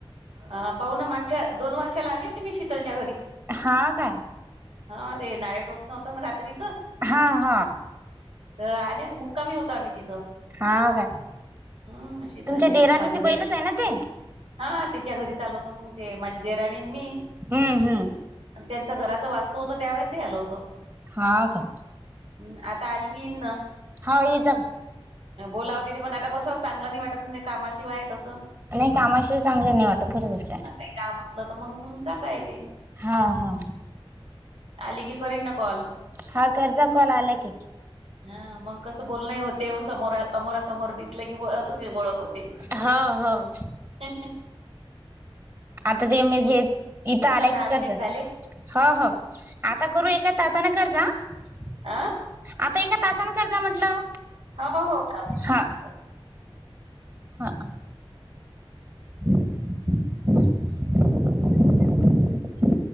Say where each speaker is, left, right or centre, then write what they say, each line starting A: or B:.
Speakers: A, on the right; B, on the right.
A: अ पाहु ना मागच्या दोन वर्षाला आली होती मी शीतलच्या घरी.
B: हा काय.
A: हा ते नाळे टोचणं होतं ना रात्रीचं.
B: हा हा.
A: तर आले होतेत हो मुक्कामी होतो आम्ही तिथं.
B: हाव काय
A: हम्म शीतलच्या
B: तुमच्या देराणीची
A: इथं माझी दे
B: बहीणच आहे ना ती?
A: हा त्याच्या घरी चालवतो मग ते माझी देवराणी आणि मी.
B: हम्म हम्म
A: त्यांच घराच वास्तू होत त्यावेळेसही आलं होतं.
B: हा का?
A: हम्म आता आली की यीनं.
B: हा ये जा.
A: बोलावते ते पण, आता कसं चांगलं नाही वाटत नाही कामाशिवाय तसं.
B: नाही कामाशी चांगले नाही वाटतं खरं बोलतेय.
A: काही काम असलं तर मंग जाता येते.
B: हा हा.
A: आली की करीन ना कॉल.
B: हा करजा कॉल आला की.
A: हा. मग कसं बोलनंही होते. मग समोरा अमोरा समोर दिस लाग आज हे बळकशी
B: हो हो
A: <unintelligible>
B: आता ते मी हे इथं
A: चला
B: आल्या
A: दहा
B: की
A: मिनिट
B: करतनं.
A: झाले.
B: हो हो. आता करू एका तासाने कर जा हा.
A: आ?
B: आता एका तासान कर जा म्हटलं.
A: हो हो
B: हा
A: <unintelligible>
B: हा. <inaudible>